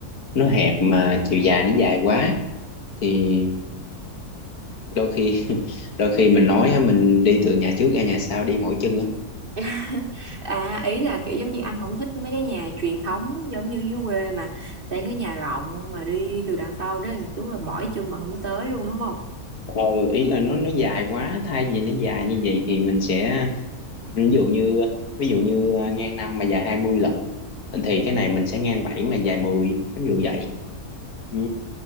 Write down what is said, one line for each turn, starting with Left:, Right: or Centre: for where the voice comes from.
Left: nó hẹp mà chiều dài nó dài quá thì đôi khi <laughs> đôi khi mình nói á, mình đi từ nhà trước ra nhà sau đi mỗi chân á
Right: <laughs> À, ý là kiểu giống như anh không thích mấy cái nhà truyền thống giống như dưới quê mà xây cái nhà rộng mà đi từ đằng sau đó đúng là mỏi chân mà không tới luôn đúng không?
Left: ờ ý là nó nó dài quá thay vì nó dài như vậy thì mình sẽ ví dụ như ví dụ như à, ngang năm mà dài 20 lận thì cái này mình sẽ ngang 7 mà dài 10 giống như vậy ừ.